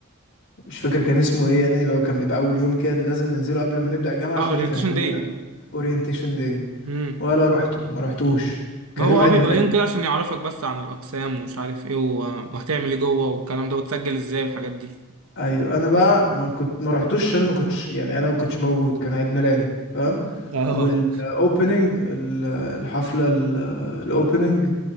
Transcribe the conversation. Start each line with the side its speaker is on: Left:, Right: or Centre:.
Left: مش فاكر كان اسمه ايه يعني اللي هو كان بيبقى اول يوم كده لازم ننزله قبل ما نبدأ جامعة عشان
Right: اه اورينتيشن
Left: يفهمونا
Right: داي
Left: اورينتيشن داي
Right: امم
Left: ولا روحته ما روحتوش كان
Right: ما هو
Left: يوم
Right: اه
Left: عيد
Right: بيبقى
Left: ميلادي
Right: يوم كده عشان يعرفك بس عن الاقسام ومش عارف ايه و- وهتعمل ايه جوه والكلام ده وتسجل ازاي والحاجات دي
Left: ايوه انا بقى ما كنت ما روحتوش عشان ما كنتش يعني انا ما كنتش موجود كان عيد ميلادي فاهم
Right: اه
Left: والاوبننج الحفلة الاوبننج